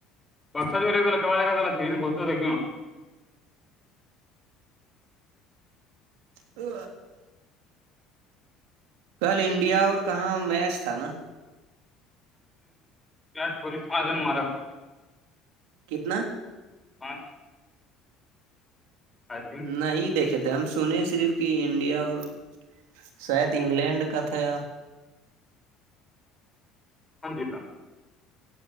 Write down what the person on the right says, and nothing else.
تو کل انڈیا اور کہاں میچ تھا نا
کتنا
نہیں دیکھ کہ تھ ہم سنے صرف کہ انڈیا اور شاید انگلینڈ کا تھا